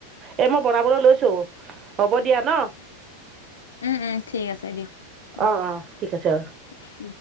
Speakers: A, on the right; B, on the left.
A: এই মই বনাবলৈ লৈছো হ'ব দিয়া ন।
B: উম উম ঠিক আছে দিয়ক উম
A: আহ আহ ঠিক আছে।
B: উম